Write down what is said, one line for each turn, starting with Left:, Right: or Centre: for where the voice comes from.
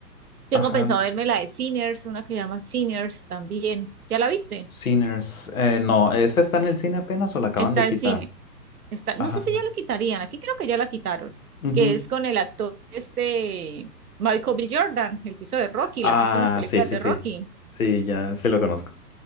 Right: Tengo
Left: Ajá,
Right: pensado
Left: no.
Right: verme la de Sinners, una que se llama Sinners también. ¿Ya la viste?
Left: Sinners. eh, no, ¿esa está en el cine apenas o la acaban
Right: Está
Left: de quitar?
Right: en cine. Está, no
Left: Ajá.
Right: sé si ya lo quitarían, aquí creo que ya la quitaron,
Left: ujú.
Right: que es con el actor este Michael B. Jordan, el que hizo de Rocky,
Left: Ah,
Right: las últimas películas
Left: sí, sí,
Right: de
Left: sí.
Right: Rocky.
Left: Sí, ya sí lo conozco.